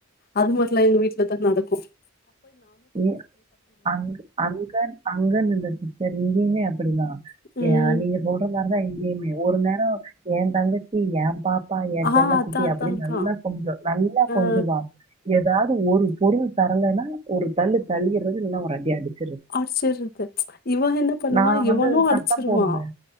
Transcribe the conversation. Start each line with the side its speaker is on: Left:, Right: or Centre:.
Left: அது மட்டு எல்லா எங்க வீட்லதா நடக்கு
Right: ஏ அங்கு அங்கன் அங்கன் இல்ல சேரிங்க நியம் அப்டிதா
Left: ம்
Right: ஏ நீங்க சொல்றது மாரிதா எங் சேம்மியே ஒரு நேரோ ஏந் தங்கச்சி ஏம் பாப் பா ஏ
Left: ஆ
Right: செல்ல
Left: அதான்
Right: குட்டி
Left: அதான்
Right: அப்டின்
Left: அதான்.
Right: நல்லா கொஞ்சுவா நல்லா கொஞ்சுவா
Left: அ
Right: ஏதாவது ஒரு பொருள் தரலன்னா ஒரு தள்ளு தள்ளிறது இல்ல ஒரு அடி அடுச்
Left: அடுச்சுறது இவ என்ன பண்ணுவா
Right: நான்
Left: இவனு
Right: வந்து சத்தம்
Left: அடுச்சுருவா
Right: போடுவேன்